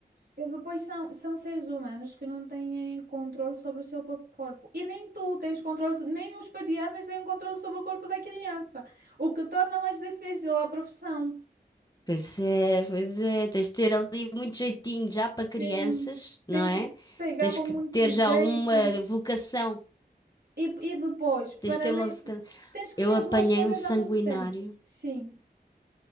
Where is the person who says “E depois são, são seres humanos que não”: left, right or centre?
Right